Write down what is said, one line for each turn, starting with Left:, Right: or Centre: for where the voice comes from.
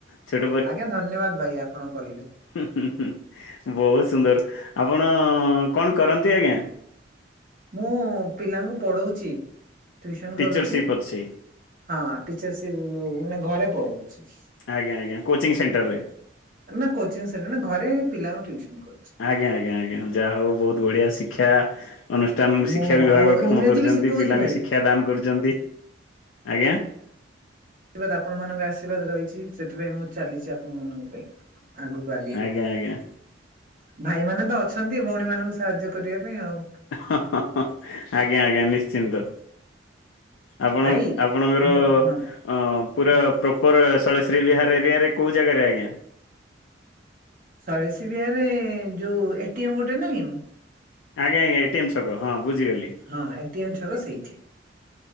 Left: ଛୋଟ
Right: କଣ କହିଲେ?
Left: ହୁଁ ହୁଁ ବହୁତ ସୁନ୍ଦର ଆପଣ କଣ କରନ୍ତି ଆଜ୍ଞା?
Right: ମୁଁ ପିଲାଙ୍କୁ ପଢଉଛି ଟ୍ୟୁସନ
Left: ଟିଚରସିପ୍
Right: କରୁଛି।
Left: ଅଛି
Right: ହଁ ଟିଚରର୍ସିପ ଉଁ ମାନେ ଘରେ ପଢଉଛି।
Left: ଆଜ୍ଞା ଆଜ୍ଞା କୋଚିଂ ସେଣ୍ଟର ରେ।
Right: ନା କୋଚିଂ ସେଟର ନା ଘରେ ପିଲାଙ୍କୁ ଟ୍ଯୁସନ କରୁଛି।
Left: ଆଜ୍ଞା ଆଜ୍ଞା ଆଜ୍ଞା ଯାହା ହଉ ବହୁତ ବଢିଆ ଶିକ୍ଷା। ଅନୁଷ୍ଠାନର
Right: ମୁଁ
Left: ଶିକ୍ଷା ବିଭାଗ
Right: ଆଉ
Left: କାମ
Right: ଇଂରାଜୀ
Left: କରୁଛନ୍ତି
Right: ବି ଶିଖଉଛି
Left: ପିଲାଙ୍କୁ
Right: ଭାଇ
Left: ଶିକ୍ଷା ଦାନ କରୁଛନ୍ତି ଆଜ୍ଞା।
Right: ଆଶୀର୍ବାଦ ଆପଣ ମାନଙ୍କ ଆଶୀର୍ବାଦ ରହିଛି ସେଥିପାଇଁ ମୁଁ ଚାଲିଛି ଆପଣ ମାନଙ୍କ ପାଇଁ ଆଗକୁ <unintelligible>
Left: ଆଜ୍ଞା ଆଜ୍ଞା।
Right: ଭାଇମାନେ ତ ଅଛନ୍ତି ଭଉଣୀ ମାନଙ୍କୁ ସାହାଯ୍ୟ କରିବା ପାଇଁ ଆଉ।
Left: ହଁ ହଁ ହଁ ଆଜ୍ଞା ଆଜ୍ଞା ନିଶ୍ଚିନ୍ତ। ଆପଣ
Right: ଭାଇ
Left: ଆପଣଙ୍କର
Right: ମୁଁ ହଁ
Left: ଅ ପୁରା
Right: ହୁଁ।
Left: ପ୍ର ଉପରେ ଶୈଳଶ୍ରୀ ବିହାର ଏରିଆରେ କଉ ଜାଗାରେ ଆଜ୍ଞା?
Right: ଶୈଳଶ୍ରୀ ବିହାରେ ଯଉ ଏ ଟି ଏମ ଗୋଟେ ନାହିଁ
Left: ଆଜ୍ଞା ଆଜ୍ଞା ଏ ଟି ଏମ ଛକ ହଁ ବୁଝିଗଲି।
Right: ହଁ ଏଟିଏମ୍ ଛକ ସେଇଠି।